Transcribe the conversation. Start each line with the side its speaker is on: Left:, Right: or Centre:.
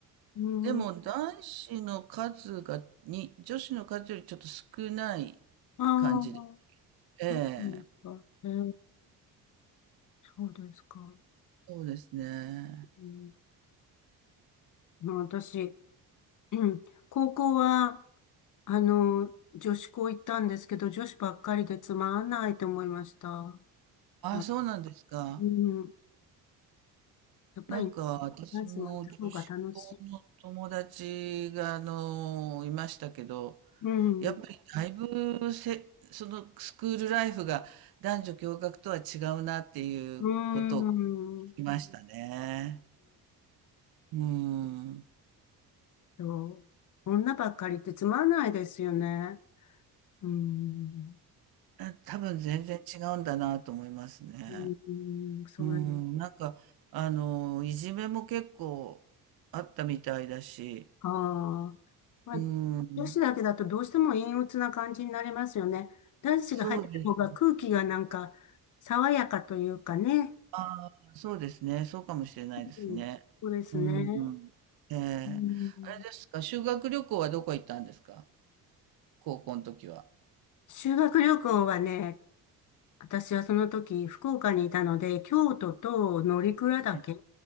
Left: うん、
Right: でも男子の数が、に、女子の数よりちょっと少ない
Left: ああ、
Right: 感じで。え
Left: そうですか。
Right: え。
Left: ええ、そうですか。
Right: そうですね。
Left: うん、まあ、私、うん、高校は、あの、女子校行ったんですけど、女子ばっかりでつまんないと思いました。
Right: あ、
Left: あ、
Right: そうなんですか。
Left: うん、やっぱりね、
Right: なんか私も女子校の友達があのいましたけど、
Left: 男子もいた方が楽しい。うん、
Right: やっぱりだいぶせ、そのスクールライフが男女共学とは違うなっていうことを
Left: うん、うん
Right: 聞きましたね。うん。
Left: と、女ばっかりってつまんないですよね。うん、
Right: あ多分全然違うんだなと思いますね。
Left: うん、
Right: うん。
Left: それ
Right: なんか、あの、いじめも結構あったみたいだし、
Left: か。まあ、
Right: うん。
Left: 女子だけだとどうしても陰鬱な感じになりますよね。男子が入ってた方が空気がなんか爽やかというかね。
Right: そうです。ああ、そうですね。そうかもしれないですね。
Left: うん、そうですね、
Right: うん。ええ。
Left: うん。
Right: あれですか、修学旅行はどこ行ったんですか高校の時は。
Left: 修学旅行はね、私はその時福岡にいたので、京都と乗鞍岳
Right: え